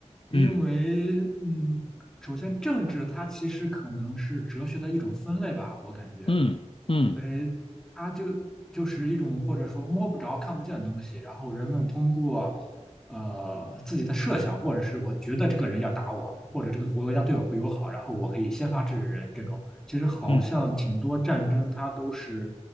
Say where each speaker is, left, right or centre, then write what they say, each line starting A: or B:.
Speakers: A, in the centre; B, on the left.
A: 因为嗯，
B: 嗯
A: 首先政治它其实可能是哲学的一种分类吧，我感觉。
B: 嗯嗯
A: 因为它就就是一种或者说摸不着、看不见的东西，然后人们通过呃自己的设想，或者是我觉得这个人要打我，或者这个国家对我不友好，然后我可以先发制人这种。其实好像挺多战争它都是
B: 嗯